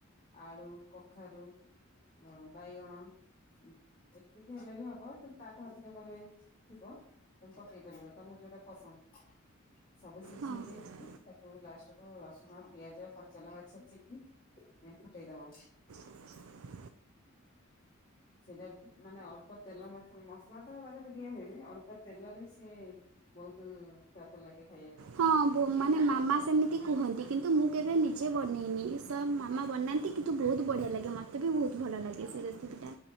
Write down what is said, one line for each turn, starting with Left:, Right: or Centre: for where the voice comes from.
Left: ଆଳୁ କଖାରୁ ଅ ବାଇଗଣ ହଁ ଏତିକି ହେଲେ ବି ହବ କିନ୍ତୁ ତାଠୁ ଅଧିକା ପରିବା ଥିବ ତମେ ପକେଇ ପାରିବ। ତମ କୁ ଯୋଉଟା ପସନ୍ଦ। ସବୁ ସିଝେଇ
Right: ହଁ
Left: ଦେଇକି ତାକୁ ଲାଷ୍ଟ କୁ ରସୁଣ ପିଆଜ କଚା ଲକା ଛେଚିକି ଏପ ଟେ ଦବ
Right: ଆ <unintelligible>
Left: ସେଇ ମାନେ ଅଳ୍ପ ତେଲ ମସ ମସଲା ତ ତା ଦିହରେ ଦିଆ ହୁଏନି ଅଳ୍ପ ତେଲରେ ବି ସି ଏ ବହୁତ ସ୍ୱାଦ ଲାଗେ। ଖାଇବାକୁ
Right: ହଁ ବୋ ମାନେ ମାମା ସେମିତି କୁହନ୍ତି କିନ୍ତୁ ମୁଁ କେବେ ନିଜେ ବନେଇନି ଇ ସା ମାମା ବନାନ୍ତି କିନ୍ତୁ ବହୁତ ବଢ଼ିଆ ଲାଗେ ମୋତେ ବି ବହୁତ ଭଲ ଲାଗେ ସେଇ ସେଟା